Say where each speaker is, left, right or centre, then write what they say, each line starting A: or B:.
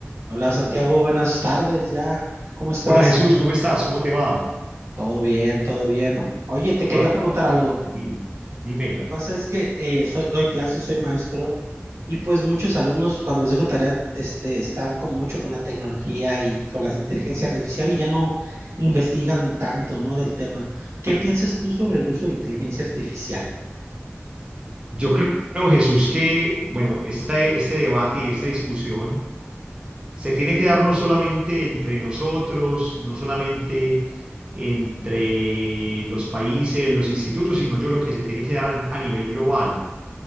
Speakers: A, on the right; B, on the right.
A: Hola Santiago, buenas tardes ya. ¿Cómo estás?
B: Hola Jesús, ¿cómo estás? ¿Cómo te va?
A: Todo bien, todo bien. Oye, te
B: Hola,
A: quería preguntar algo.
B: Sí, dime.
A: Lo que pasa es que eh, soy- doy clases, soy maestro y pues muchos alumnos cuando les dejo tarea este, están con mucho con la tecnología y con la inteligencia artificial y ya no investigan tanto, ¿no? del tema. ¿Qué piensas tú sobre el uso de inteligencia artificial?
B: Yo creo, Jesús, que, bueno, este, este debate y esta discusión se tiene que dar no solamente entre nosotros, no solamente entre los países, los institutos, sino yo creo que se tiene que dar a nivel global.